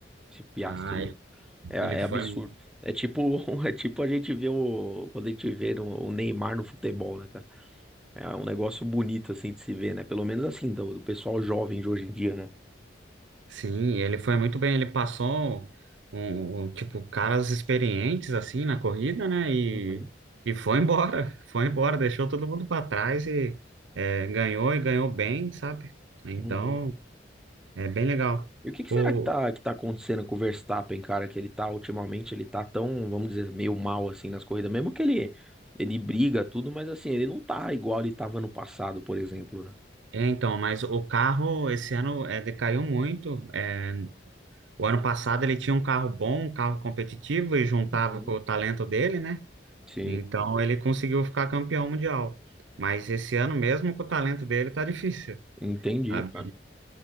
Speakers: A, in the centre; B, on the right.
A: Esse Piastri,
B: Ah,
A: ele
B: ele,
A: é,
B: ele foi.
A: é absurdo. É tipo, <laughs> é tipo a gente vê o, quando a gente vê no- o Neymar no futebol, né, cara? É um negócio bonito, assim, de se ver, né? Pelo menos assim, do, do pessoal jovem de hoje em dia, né?
B: Sim, ele foi muito bem, ele passou um, um, tipo caras experientes assim na corrida, né? E,
A: Uhum.
B: e foi embora, <laughs> foi embora, deixou todo mundo para trás e é, ganhou e ganhou bem, sabe? Então,
A: uhum.
B: é bem legal.
A: E o que que
B: O,
A: será que tá, que tá acontecendo com o Verstappen, cara? Que ele tá ultimamente, ele tá tão, vamos dizer, meio mal assim nas corridas. Mesmo que ele, ele briga tudo, mas assim, ele não tá igual ele tava no passado, por exemplo, né?
B: é, então, mas o carro esse ano é, decaiu muito. É, o ano passado ele tinha um carro bom, um carro competitivo e juntava
A: Uhum.
B: com o talento dele, né?
A: Sim,
B: Então ele conseguiu ficar campeão mundial. Mas esse ano mesmo com o talento dele tá difícil.
A: entendi,
B: sabe?
A: cara.